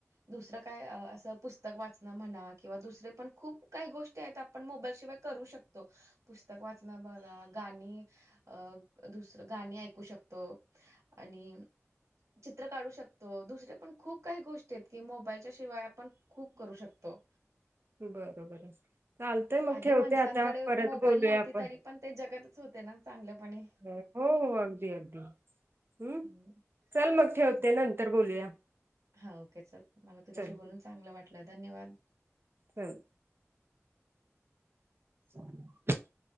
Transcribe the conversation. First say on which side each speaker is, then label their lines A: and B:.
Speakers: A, on the right (about 85°); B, on the right (about 50°).
A: दुसरं काय असं पुस्तक पुस्तक वाचणं म्हणा किंवा दुसरे पण खूप काही गोष्टी आहेत, आपण मोबाईल शिवाय करू शकतो. पुस्तक वाचन बघा गाणी अ दुसर गाणी ऐकू शकतो. आणि चित्र काढू शकतो, दुसरे पण खूप काही गोष्टी आहेत की मोबाईलच्या शिवाय आपण खूप करू शकतो.
B: बरोबर चालतयं मग,
A: आधी
B: ठेवते
A: माणसांकडे
B: आता परत
A: मोबाईल
B: बोलूया
A: नव्हती
B: आपण.
A: तरी पण ते जगातच होते ना, चांगल्यापणी.
B: हो हो, अगदी अगदी हम्म,
A: हम्म
B: चल मग ठेवते
A: ठीक आहे.
B: नंतर बोलूया.
A: हा ओके, चल मला तुझ्याशी
B: चल
A: बोलून चांगलं वाटलं धन्यवाद!
B: हम्म, <unintelligible>